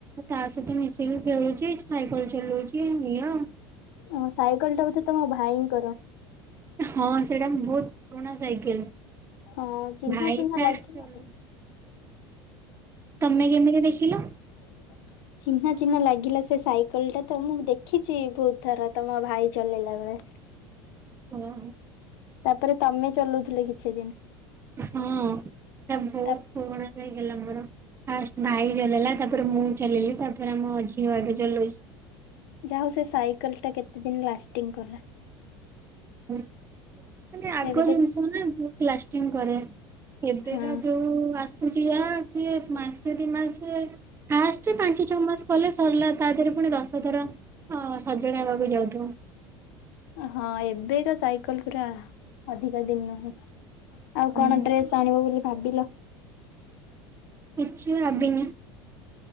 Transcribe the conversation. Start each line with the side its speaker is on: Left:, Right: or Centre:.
Right: ତା ସହିତ ମିଶିକି ଖେଳୁଚି ଏଠି ସାଇକେଲ ଚଲୋଉଚି ଏଇଆ ଅଉ।
Left: ଓ ସାଇକେଲଟା ବୋଥଧେ ତମ ଭାଇଙ୍କର।
Right: ହଁ ସେଇଟା ବୋହୁତ ପୁରୁଣା ସାଇକେଲ
Left: ହଁ ଚିହ୍ନା
Right: ଭାଇ
Left: ଚିହ୍ନା
Right: ଫାଷ୍ଟ୍
Left: ଲାଗିଲା
Right: ଚଲୋଉ
Left: ତ
Right: ତମେ କେମତିରେ ଦେଖିଲ?
Left: ହ ଚିହ୍ନା ଚିହ୍ନା ଲାଗିଲା ସେ ସାଇକେଲଟା ତ ମୁଁ ଦେଖିଚି ବୋହୁତ ଥର ତମ ଭାଇ ଚଲେଇଲା ବେଳେ।
Right: ଓହୋ।
Left: ତାପରେ ତମେ ଚଲୋଉଥିଲ କିଛିଦିନ।
Right: ହଁ ତା ବୋହୁତ
Left: ତା
Right: ପୁରୁଣା ସାଇକେଲଟା ମୋର। ଫାଷ୍ଟ ଭାଇ ଚଲେଇଲା, ତାପରେ ମୁଁ ଚଲେଇଲି, ତାପରେ ଆମ ଝିଅ ଏବେ ଚଲୋଉଚି।
Left: ଯାହୋଉ ସେ ସାଇକେଲଟା କେତେ ଦିନ ଲାଷ୍ଟିଙ୍ଗ କଲା।
Right: ହୁଁ। ମାନେ ଆଗ
Left: ଏବେ ତ
Right: ଜିନିଷ ନା ବୋହୁତ ଲାଷ୍ଟିଙ୍ଗ୍ କରେ ଏବେକା
Left: ହଁ
Right: ଯୋଉ ଆସ ସୁଚି ଆ ସିଏ ମାସେ ଦ ମାସେ ଫାଷ୍ଟେ ପାଞ୍ଚଛଅ ମାସ କଲେ ସରିଲା ତା ଦେହରେ ପୁଣି ଦଶ ଥର ଅଁ ସଜଡା ହବାକୁ ଯାଉଥୁବ।
Left: ଅ ହଁ ଏବେକା ସାଇକେଲ ପୁରା ଅଧିକା ଦିନ ନୁହେଁ।
Right: ହୁଁ
Left: ଆଉ କଣ ଡ୍ରେସ୍ ଆଣିବ ବୋଲି ଭାବିଲ?
Right: କିଛି ଭାବିନି।